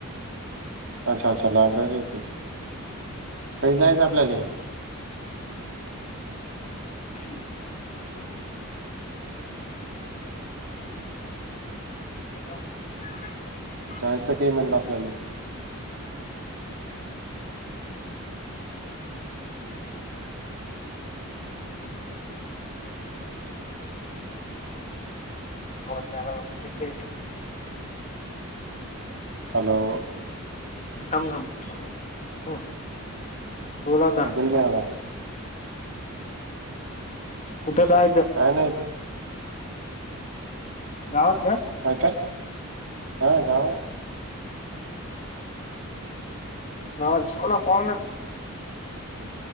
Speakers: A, on the right; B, on the left.
A: अच्छा अच्छा लॅब्रेरीत हाय काय जायचा आपल्याले
B: <unintelligible> हॅलो
A: जायचं काही म्हणलं आपल्याले
B: हो त्याला वाटते पीठ
A: हॅलो
B: थांब -थांब बोल आता
A: अजून नाही आला
B: कुठ जायायच?
A: काहि नाहीत.
B: गावात का?
A: हां का हां गावात.
B: ह जाऊ ना पाऊ ना..